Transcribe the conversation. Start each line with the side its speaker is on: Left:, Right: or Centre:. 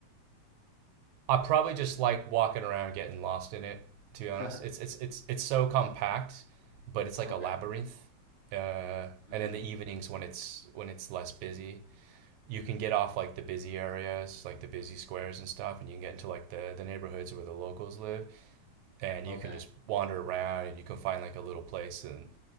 Right: I probably just like walking around getting lost in it. To be honest,
Left: <laughs>
Right: it's it's it's it's so compact, but it's like
Left: Okay.
Right: a labyrinth. Uh,
Left: hmm
Right: and in the evenings when it's when it's less busy, you can get off like the busy areas, like the busy squares and stuff, and you can get into like the the neighborhoods where the locals live and
Left: Okay.
Right: you can just wander around and you can find like a little place and